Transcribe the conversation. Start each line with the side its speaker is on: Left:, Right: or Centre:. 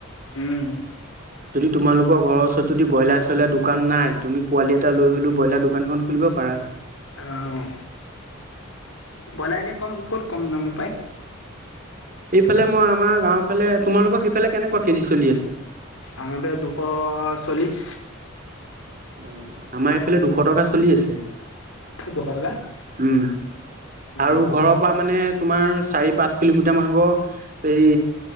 Left: উম।
Right: যদি তোমালোকৰ ঘৰৰ ওচৰত যদি ব্ৰইলাৰ চ্ৰইলাৰ দোকান নাই তুমি পোৱালি এটা লৈ হ'লেও ব্ৰইলাৰ দোকান এখন খো ব পাৰা
Left: আহ। বৈলা কম ক'ত কম দামত পায়?
Right: এইফালে মই আমাৰ গাঁওৰ ফালে তোমালোকৰ সেইফালে কেনেকোৱা কেজি চলি আছে?
Left: আম এব দুশ চল্লিশ
Right: অ আমাৰ এইফালে দুশ টকা চলি আছে।
Left: দুশ টকা।
Right: উম
Left: অ',
Right: আৰু ঘৰৰ পৰা মানে তোমাৰ চাৰি -পাঁচ কিলোমিটাৰ মান হ'ব এই